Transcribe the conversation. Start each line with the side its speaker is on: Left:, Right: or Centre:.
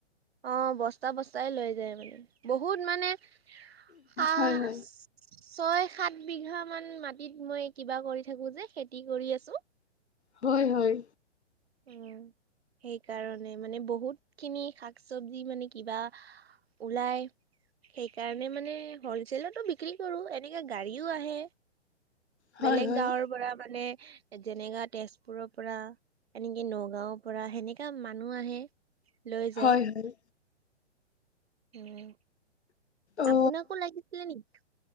Right: অ' বস্তা বস্তাই লৈ যায় মানে। বহুত মানে খাচ
Left: হয় হয়
Right: ছয় সাত বিঘামান মাটিত মই কিবা কৰি থাকোঁ যে, খেতি কৰি আছোঁ।
Left: হয় হয়।
Right: উম। সেইকাৰণে মানে বহুতখিনি শাক চবজি মানে কিবা ওলাই। সেইকাৰণে মানে হলচেলতো বিক্ৰী কৰো, এনেকাে গাড়ীও আহে।
Left: হয়
Right: বেলেগ
Left: হয়
Right: গাঁৱৰ পৰা মানে যেনেকা তেজপুৰৰ পৰা এনেকে নগাঁওৰ পৰা সেনেকা মানুহ আহে লৈ যায়।
Left: হয় হয়
Right: উম।
Left: অ
Right: আপোনাকো লাগিছিলে নেকি?